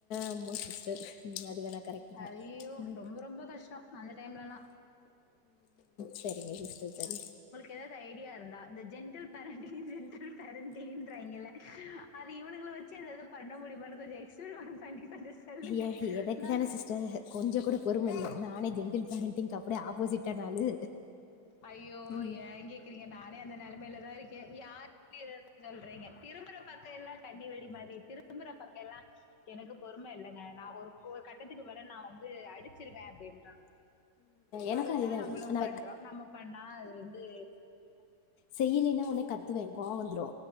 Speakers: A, on the left (about 65°); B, on the left (about 80°).
A: ஆமா சிஸ்டர் ம் அதுவேனா கரெக்ட்டுதா
B: ஐயோ!
A: ம்
B: ரொம்ப ரொம்ப கஷ்டம் அந்த டைம்லலாம்.
A: செரிங்க சிஸ்டர் செரி
B: எதாது ஐடியா இருந்தா இந்த ஜென்டில் பேரன்டிங் ஜென்டில் பேரன்டிங்க்ராய்ங்கல்ல அது இவனுகள வெச்சு எதாது பண்ண முடியுமானு கொஞ்சோ எக்ஸ்பீரிமெண்ட் பண்ணி கொஞ்சோ சொல்லுங்க
A: ஏ எனக்கு
B: நா
A: தானே சிஸ்டர் கொஞ்சோ கூட பொறும இல்ல நானே ஜென்டில் பேரண்ட்டிங்க்கு அப்டியே ஆப்போசிட்டான ஆளு
B: அய்யோ
A: ம்
B: ஏ கேக்கிறீங்க நானே அந்த நெல மெலதா இருக்கே யாருனு சொல்றீங்க திரும்புற பக்கோ எல்லா கண்ணி வெடி மாரி திரும்புற பக்கோ எல்லா எனக்கு பொறும இல்லங்க நா ஒரு ஒரு கட்டத்துக்கு மேல நா வந்து அடிச்சிருவே அப்டீன்றாங்க
A: எனக்கு
B: அதத்தா
A: அதேதா
B: நம்மளு
A: நா
B: பண்றோ நம்ம பண்ணா அது வந்து
A: செய்யுலீன்னா ஒன்னே கத்துவே கோவோ வந்துரோ